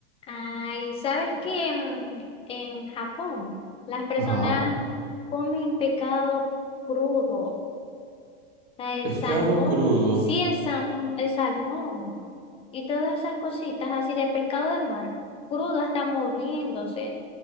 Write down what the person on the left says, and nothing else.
Ay, ¿sabes que en, en Japón las personas
comen pescado crudo? O sea, el
salmón,
sí, el, sam- el salmón y todas esas cositas así de pescado del mar, crudo, hasta moviéndose.